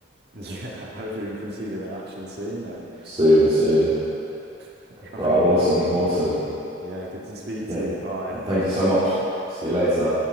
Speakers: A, on the right; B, on the right.
A: Yeah, hopefully we can see them in action soon then.
B: Soon, soon.
A: <laughs> Right.
B: Right, awesome, awesome.
A: Yeah, good to speak
B: Yeah.
A: to you. Bye.
B: Thank you so much. See you later.